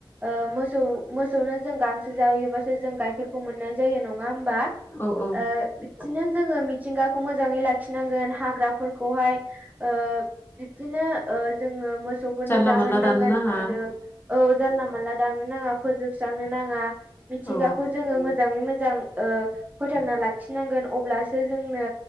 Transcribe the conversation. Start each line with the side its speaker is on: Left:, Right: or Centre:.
Right: ओ मोसौ मोसौनो जों गांसो जाहैयोबासो जों गाइखेरखौ मोननो जायो नङा होमबा
Left: औ औ
Right: ओ बिदिनो जोङो मिथिंगाखौ मोजाङै लाखिनांगोन हाग्राफोरखौहाय ओ बिबदिनो ओ जोङो मोसौफोरनो
Left: जानला
Right: जाहोनो
Left: मानला दाननो
Right: नांगोन
Left: नाङा
Right: आरो औ जानला मानला दांनो नाङा फोजोबस्रांनो नाङा मिथिंगाखौ
Left: औ
Right: जोङो मोजां मोजाङै मोजां ओ फोथांना लाखिनांगोन अब्लासो जोंनो